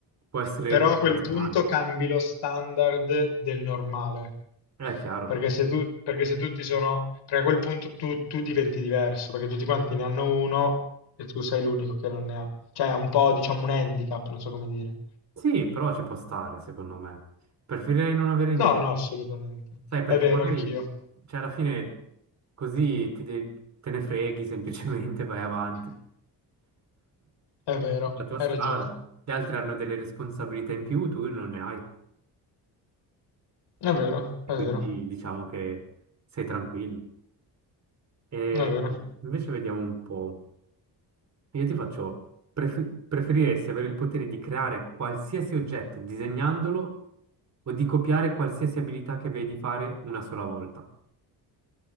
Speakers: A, on the right (about 45°); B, on the left (about 85°).
A: Può essere
B: Però
A: motivazionale,
B: a quel punto cambi lo standard del normale.
A: è chiaro.
B: Perché se, tu, perché se tutti sono... Perché a quel punto tu, tu diventi diverso, perché tutti quanti ne hanno uno e tu sei l'unico che non ne ha. Cioè è un po', diciamo, un handicap, non so come dire.
A: Sì, però ci può stare, secondo me. Preferirei non avere
B: No,
A: niente.
B: no, assolutamente.
A: Sai, perché
B: È vero,
A: magari,
B: anch'io.
A: cioè, alla fine così ti de- te ne freghi, <laughs> semplicemente vai avanti. <laughs>
B: È vero,
A: La tua
B: hai
A: strada.
B: ragione.
A: Gli altri hanno delle responsabilità in più, tu non ne hai.
B: È vero, è
A: E
B: vero,
A: quindi diciamo che sei tranquillo. E
B: è vero.
A: invece vediamo un po'. Io ti faccio, pref- preferiresti avere il potere di creare qualsiasi oggetto disegnandolo o di copiare qualsiasi abilità che vedi fare una sola volta?